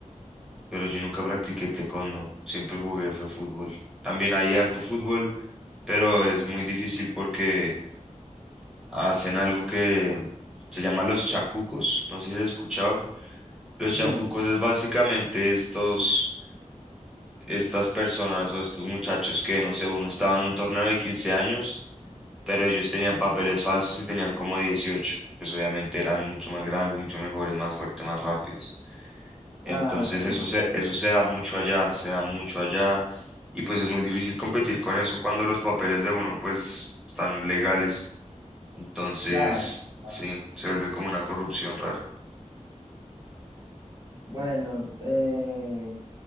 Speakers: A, in the centre; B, on the right.
A: pero yo nunca practiqué taekwondo, siempre jugué, fue fútbol. También hay harto fútbol, pero es muy difícil porque hacen algo que se llama los chancucos, no sé si has escuchado. Los
B: no.
A: chancucos es básicamente estos, estas personas o estos muchachos que, no sé, uno estaba en un torneo de 15 años pero ellos tenían papeles falsos y tenían como dieciocho pues obviamente eran mucho más grandes, mucho mejores, más fuertes, más rápidos.
B: Ah,
A: Entonces
B: sí,
A: eso se, eso se da mucho allá, se da mucho allá y pues es muy difícil competir con eso cuando los papeles de uno pues están legales. Entonces,
B: claro. Ah,
A: sí, se vuelve como una corrupción rara.
B: Bueno, eh,